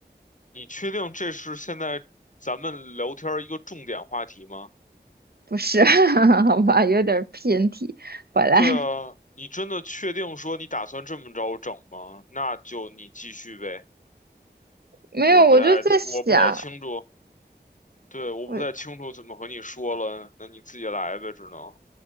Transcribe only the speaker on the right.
不是，<laughs> 好吧，有点儿偏题，回来。
没有，
我就在想，
我